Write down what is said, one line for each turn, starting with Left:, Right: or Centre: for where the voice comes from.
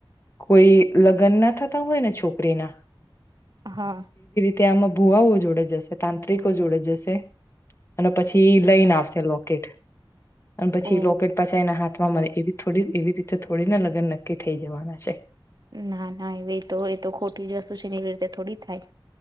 Left: કોઈ લગ્ન ના થતા હોય ને છોકરી ના
Right: હા
Left: ત્યાંમાં ભુવાઓ જોડે જશે તાંત્રિકો જોડે જશે અને પછી લઈન આવશે લોકેટ અને પછી
Right: ઓ
Left: લોકેટ પાછા એના હાથમાં મળે એ થોડી એવી રીતે થોડી ના લગ્ન નક્કી થઈ જવાના છે
Right: ના ના એવે તો એ તો ખોટી જ વસ્તુ છે એવી રીતે થોડી થાય